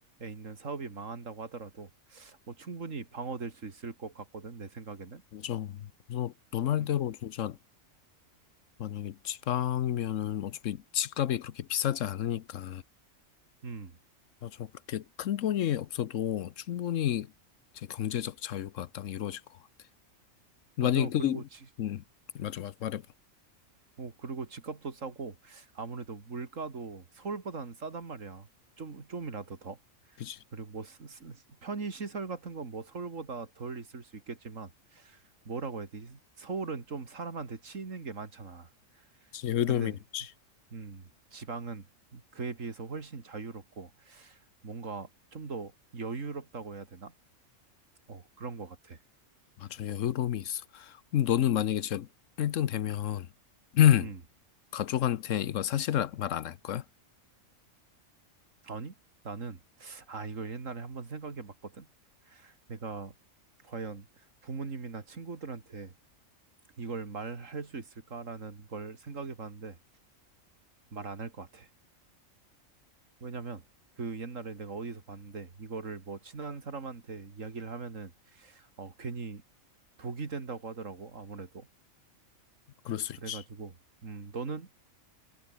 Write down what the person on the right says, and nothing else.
있는 사업이 망한다고 하더라도 어, 충분히 방어될 수 있을 것 같거든. 내 생각에는.
음,
음,
맞아.
그리고 지,
어, 그리고 집값도 싸고 아무래도 물가도 서울보다는 싸단 말이야. 좀 좀이라도 더.
그리고 뭐 스- 스- 스- 편의 시설 같은 건 뭐 서울보다 덜 있을 수 있겠지만 뭐라고 해야 되지? 서울은 좀 사람한테 치이는 게 많잖아.
근데
음, 지방은 그에 비해서 훨씬 자유롭고 뭔가 좀 더 여유롭다고 해야 되나? 어, 그런 것 같아.
음,
아니? 나는 아, 이걸 옛날에 한번 생각해 봤거든. 내가 과연 부모님이나 친구들한테 이걸 말할 수 있을까라는 걸 생각해 봤는데 말 안 할 것 같아. 왜냐면 그 옛날에 내가 어디서 봤는데 이거를 뭐 친한 사람한테 이야기를 하면은 어 괜히 독이 된다고 하더라고 아무래도
그래가지고
음 너는